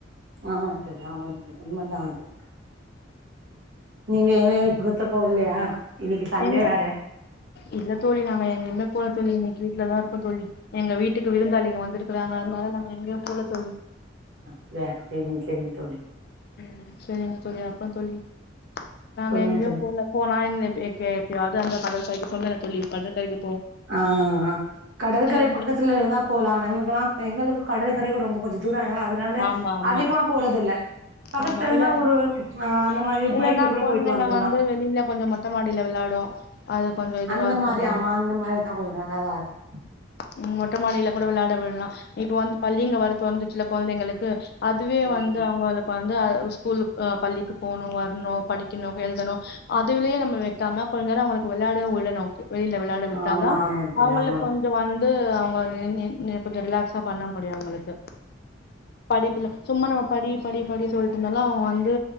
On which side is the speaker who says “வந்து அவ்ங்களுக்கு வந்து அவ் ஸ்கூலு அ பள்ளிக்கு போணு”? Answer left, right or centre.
Left